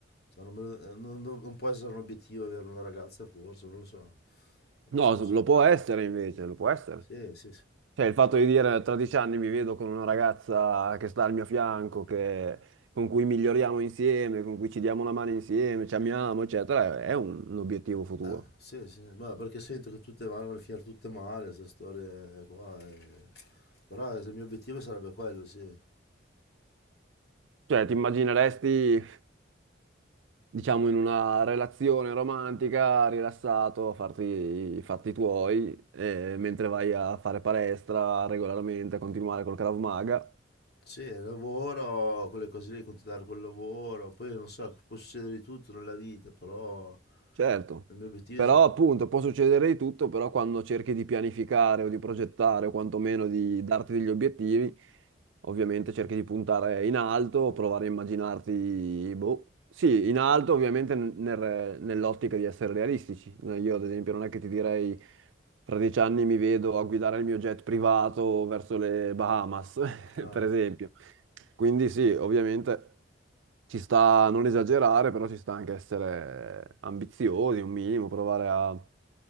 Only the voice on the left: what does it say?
Cioè, non, me lo- non- non- non può essere un obiettivo avere una ragazza forse, non lo so.
Sì,
sì,
sì, sì. sì.
Ah, sì, sì, ma perché sento che tutte vanno a finire tutte male, queste storie qua. eh. Però il mio obiettivo sarebbe quello, sì.
Sì, il lavoro, quelle cose lì, continuare col lavoro, poi non so, può succedere di tutto nella vita, però
il mio obiettivo
è...
so-
ah.